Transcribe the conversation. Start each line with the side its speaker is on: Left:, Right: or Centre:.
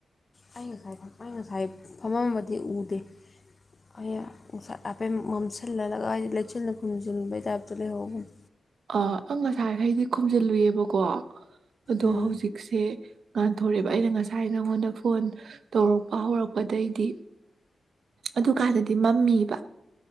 Left: ꯑꯩ ꯉꯁꯥꯏ ꯑꯩ ꯉꯁꯥꯏ ꯐꯝꯃꯝꯝꯕꯗꯤ ꯎꯗꯦ ꯑꯩ ꯉꯁꯥꯏ ꯍꯥꯏꯐꯦꯠ ꯃꯝꯁꯤꯜꯍꯜꯂꯒ ꯍꯥꯏꯗꯤ ꯂꯩꯆꯤꯟꯅ ꯈꯨꯝꯖꯤꯟꯕꯩ ꯇꯥꯏꯞꯇ ꯂꯩꯍꯧꯕꯅꯦ
Right: ꯑ ꯑꯪ ꯉꯁꯥꯏꯈꯩꯗꯤ ꯈꯨꯝꯖꯤꯜꯂꯨꯏꯑꯕꯀꯣ ꯑꯗꯣ
Left: ꯎꯝ
Right: ꯍꯧꯖꯤꯛ ꯁꯦ ꯉꯥꯟꯊꯣꯔꯛꯑꯦꯕ ꯑꯩꯅ ꯉꯁꯥꯏ ꯅꯉꯣꯟꯗ ꯐꯣꯟ ꯇꯧꯔꯛꯄ ꯍꯧꯔꯛꯄꯗꯩꯗꯤ ꯑꯗꯨꯀꯥꯟꯗꯗꯤ ꯃꯝꯃꯤꯕ